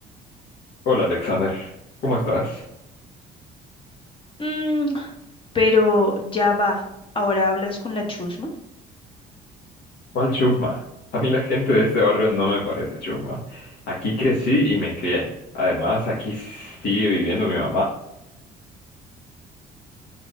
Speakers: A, on the left; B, on the left.
A: Hola, Alexander. ¿Cómo estás?
B: Mm, pero ya va. ¿Ahora hablas con la chusma?
A: ¿Cuál chusma? A mí la gente de este barrio no me parece chusma. Aquí crecí y me crié. Además, aquí sigue viviendo mi mamá.